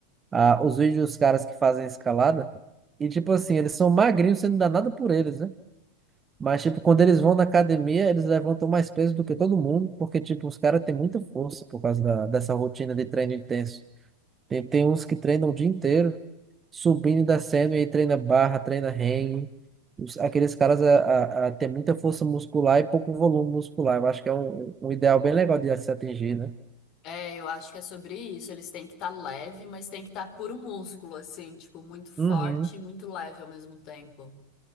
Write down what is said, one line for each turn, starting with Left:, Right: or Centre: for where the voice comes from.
Right: ah, os vídeos dos caras que fazem escalada. E, tipo assim, eles são magrinhos, você não dá nada por eles, né? Mas, tipo, quando eles vão na academia, eles levantam mais peso do que todo mundo, porque, tipo, os caras têm muita força por causa da, dessa rotina de treino intenso. Tem, tem uns que treinam o dia inteiro, subindo e descendo, e aí treina barra, treina hang. Os- Aqueles caras a, a, a têm muita força muscular e pouco volume muscular. Eu acho que é um, um ideal bem legal de se atingir, né?
Left: É, eu acho que é sobre isso. Eles têm que estar leve, mas tem que estar puro músculo, assim, tipo, muito forte
Right: Uhum,
Left: e muito leve ao mesmo tempo.